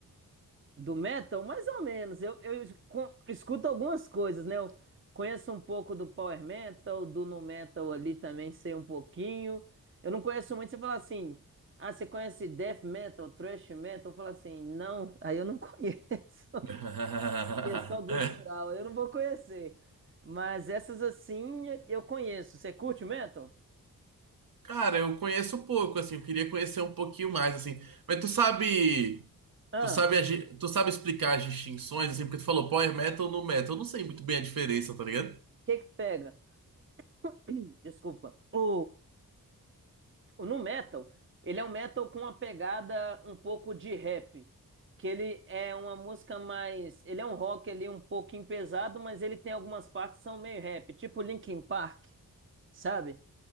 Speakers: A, on the right; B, on the right.
A: Do metal? Mais ou menos. Eu, eu escu- escuto algumas coisas, né? Eu conheço um pouco do power metal, do nu metal ali também sei um pouquinho. Eu não conheço muito. Você fala assim, ah, você conhece death metal, thrash metal? Eu falo assim, não, aí eu não <laughs> conheço.
B: <laughs>
A: E é só cultural, eu não vou conhecer. Mas essas assim eu conheço. Você curte metal?
B: Cara, eu conheço pouco, assim, eu queria conhecer um pouquinho mais, assim. Mas tu sabe,
A: Ah,
B: tu sabe,
A: o
B: agi- tu sabe explicar as distinções, assim, porque tu falou power metal no metal. Eu não sei muito bem a diferença, tá ligado?
A: que que pega? <clears throat> Desculpa. o No metal, ele é um metal com uma pegada um pouco de rap, que ele é uma música mais, ele é um rock ali um pouquinho pesado, mas ele tem algumas partes que são meio rap, tipo Linkin Park, sabe?